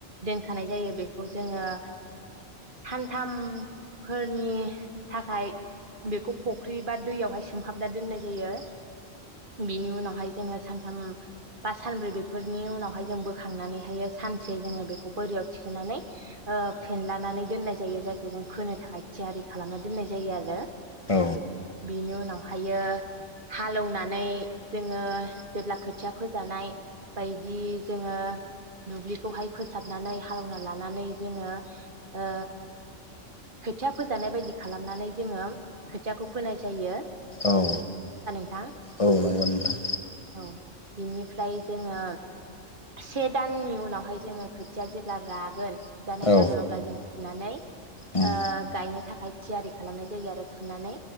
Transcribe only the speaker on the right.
दोनखानाय जायो बेखौ जोङो सानथाम फोरनि थाखाय बेखौ फुख्रि बा दैयावहाय सोमहाबना दोननाय जायो। बिनि उनाव बेहाय जोङो सानथाम बा सानब्रै बेफोरनि उनावहाय जों बोखांनानैहायो सानसे जोङो बेखौ बोरियाव थिखोनानै फेनलानानै दोननाय जायो, जायखौ जों फोनो थाखाय थियारि खालामना दोननाय जायो आरो। बिनि
उनाव ओमफायो हालेवनानै जोङो जेब्ला खोथिया फोजानाय बायदि जोङो दुब्लिखौहाय फोसाबनानै हालौना लानानै जोङो ओ खोथिया फोजानाय बायदि खालामनानै जोङो खोथियाखौ फोनाय जायो।
थां
औ बिनिफ्राय जोङो से दाननि उनावहाय जोङो खोथिया जेब्ला रागोन जानाय
जागोन अब्ला जों फुनानै ओ
गायनो थाख फाय थियारि खालामनाय जायो आरो फुनानै।